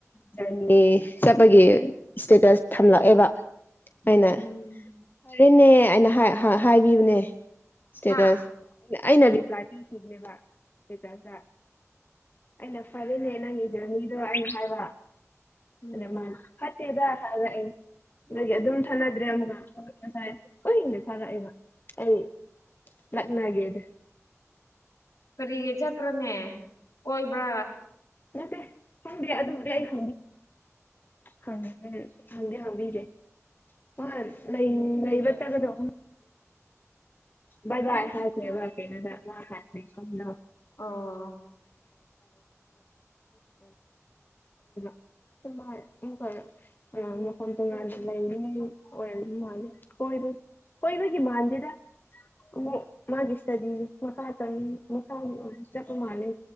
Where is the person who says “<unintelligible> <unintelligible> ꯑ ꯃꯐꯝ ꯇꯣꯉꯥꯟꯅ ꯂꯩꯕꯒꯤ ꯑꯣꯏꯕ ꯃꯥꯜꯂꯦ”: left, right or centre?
Left